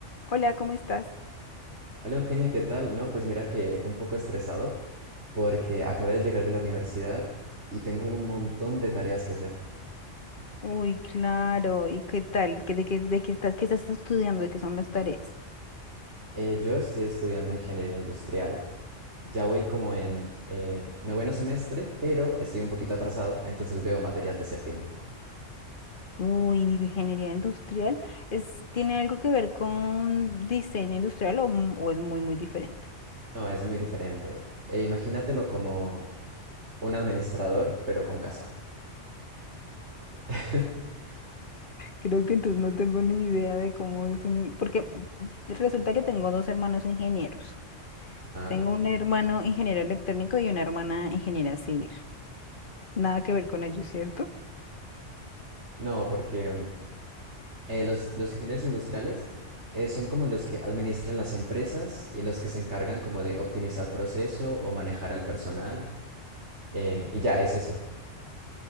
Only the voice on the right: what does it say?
Hola Eugenia, ¿qué tal? No, pues mira que un poco estresado porque acabé de llegar de la universidad y tengo un montón de tareas que hacer.
Eh, yo estoy estudiando ingeniería industrial. Ya voy como en eh, noveno semestre, pero estoy un poquito atrasado, entonces veo materias de séptimo.
No, es muy diferente. E imagínatelo como un administrador, pero con casco. <laughs>
Ajá.
No, porque eh, los, los ingenieros industriales eh, son como los que administran las empresas y los que se encargan como de optimizar proceso o manejar al personal. eh, y ya es eso.